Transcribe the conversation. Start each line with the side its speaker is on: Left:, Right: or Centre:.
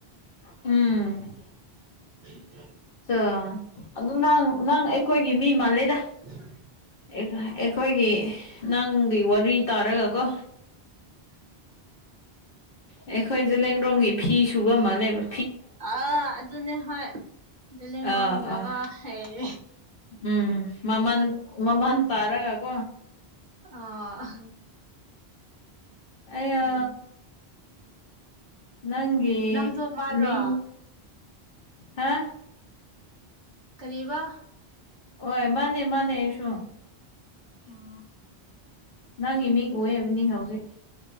Left: ꯎꯝ
Right: ꯎ
Left: ꯑ ꯑꯗꯨ ꯅꯪ-ꯅꯪ ꯑꯩꯈꯣꯏꯒꯤ ꯃꯤ ꯃꯥꯜꯂꯦꯗ
Right: <inaudible>
Left: ꯑ ꯑꯩꯈꯣꯏꯒꯤ ꯅꯪꯒꯤ ꯋꯥꯔꯤ ꯇꯥꯔꯒꯀꯣ ꯑꯩꯈꯣꯏꯁꯦ ꯂꯦꯡꯗꯔꯣꯡꯒꯤ ꯐꯤ ꯁꯨꯕ ꯃꯜꯂꯦꯕ
Right: ꯑꯥ ꯑꯗꯨꯅꯦ ꯍꯣꯏ ꯖꯂꯪꯕꯔꯣꯡ
Left: ꯑꯥ
Right: ꯅꯒ
Left: ꯑꯥ
Right: ꯍꯩ
Left: ꯎꯝ ꯃꯃꯟ ꯃꯃꯟ ꯇꯔꯒ ꯀꯣ
Right: <unintelligible>
Left: ꯑꯌꯣ
Right: ꯑꯗꯨꯅꯤ
Left: ꯅꯪꯒꯤ
Right: ꯅꯪꯁꯨ ꯃꯥꯔꯣ
Left: ꯃꯤꯡ ꯍꯥ
Right: ꯀꯥꯔꯤꯕꯥ
Left: ꯍꯣꯏ ꯃꯅꯦ ꯃꯥꯅꯦ ꯁ
Right: ꯍ
Left: ꯅꯪꯒꯤ ꯃꯤꯡ ꯑꯣꯏꯕꯅꯤ ꯍꯧꯖꯤꯛ